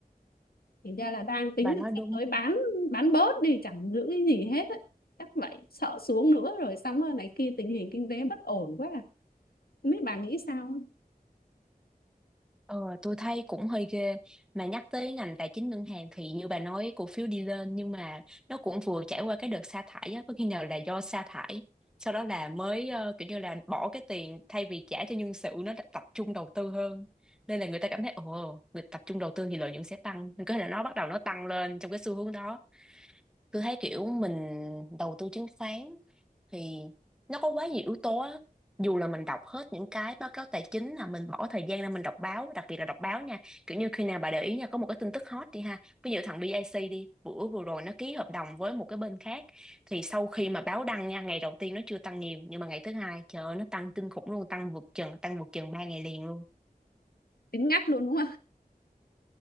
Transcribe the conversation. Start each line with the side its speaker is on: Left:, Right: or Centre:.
Left: thì ra là đang tính
Centre: bà nói
Left: là
Centre: đúng
Left: sắp tới bán bán bớt đi chẳng giữ cái gì hết ấy. chắc vậy sợ xuống nữa rồi xong rồi này kia tình hình kinh tế bất ổn quá à. không biết bà nghĩ sao
Centre: Ờ, tôi thấy cũng hơi ghê mà nhắc tới ngành tài chính ngân hàng thì như bà nói cổ phiếu đi lên nhưng mà nó cũng vừa trải qua cái đợt sa thải á có khi nào là do sa thải sau đó là mới ờ, kiểu như là bỏ cái tiền thay vì trả cho nhân sự nó đã tập trung đầu tư hơn nên là người ta cảm thấy ồ người tập trung đầu tư thì lợi nhuận sẽ tăng nên có thể là nó bắt đầu nó tăng lên trong cái xu hướng đó tôi thấy kiểu mình đầu tư chứng khoán thì nó có quá nhiều yếu tố á dù là mình đọc hết những cái báo cáo tài chính là mình bỏ thời gian ra mình đọc báo đặc biệt là đọc báo nha kiểu như khi nào bà để ý nha có một cái tin tức hot đi ha ví dụ thằng BIC đi bữa vừa rồi nó ký hợp đồng với một cái bên khác thì sau khi mà báo đăng nha ngày đầu tiên nó chưa tăng nhiều nhưng mà ngày thứ hai trời ơi, nó tăng kinh khủng luôn tăng vượt chừng tăng vượt chừng ba ngày liền luôn
Left: tính ngắt luôn đúng